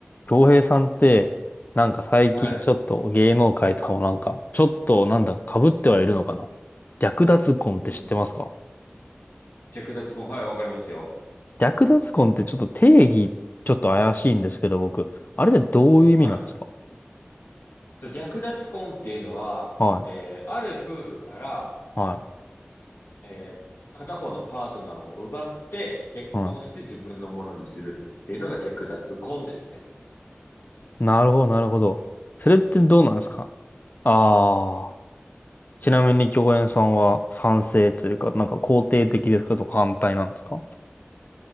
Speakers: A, on the left; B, on the left.
A: 京平さんって、なんか最近ちょっと芸能界とかもなんか、
B: はい。
A: ちょっとなんだ、被ってはいるのかな略奪婚って知ってますか
B: うん。略奪婚。はい、わかりますよ。
A: 略奪婚ってちょっと定義、ちょっと怪しいんですけど、僕。あれってどういう意味なんですか
B: はい。と略奪婚っていうのは、
A: はい、
B: えー、ある夫婦から、
A: は
B: えー、片方のパートナーを奪って結婚して自分のものにするっていうのが略奪婚ですね。
A: い、はい。なるほど、なるほど。それってどうなんですかああー、ちなみに共演さんは賛成というか、なんか肯定的ですかと反対なんですか